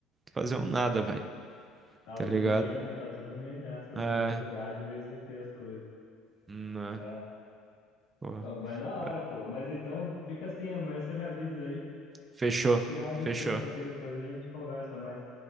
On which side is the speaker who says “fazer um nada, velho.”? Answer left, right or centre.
Right